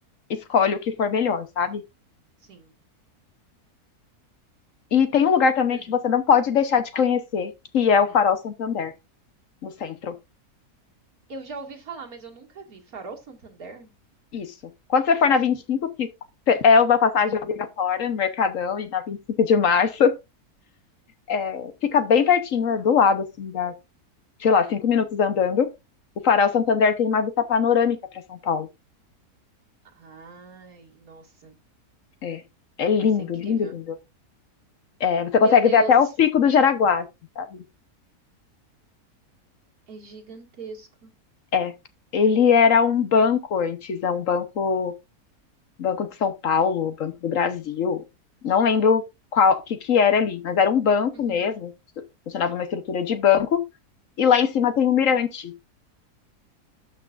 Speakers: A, on the left; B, on the right.
A: escolhe o que for melhor, sabe?
B: Sim.
A: E tem
B: E o
A: um lugar
B: Botânico?
A: também que você não pode deixar de conhecer, que é o Farol
B: Hum.
A: Santander, no centro.
B: Eu já ouvi falar, mas eu nunca vi. Farol Santander?
A: Isso. Quando você for na 25, que é uma passagem obrigatória no Mercadão e na 25 de março, é, fica bem pertinho, é do lado, assim, dá, sei lá, cinco minutos andando. O Farol Santander tem uma vista panorâmica para São Paulo.
B: Ai, nossa,
A: É, é lindo,
B: isso é incrível.
A: lindo, lindo. É, você
B: Meu
A: consegue
B: Deus,
A: ver até o Pico do Jaraguá, assim, sabe?
B: é gigantesco.
A: É. Ele era um banco antes, é um banco Banco de São Paulo, Banco do Brasil, não lembro qual que que era ali, mas era um banco
B: Uhum.
A: mesmo, funcionava uma estrutura de banco e lá em cima tem um mirante.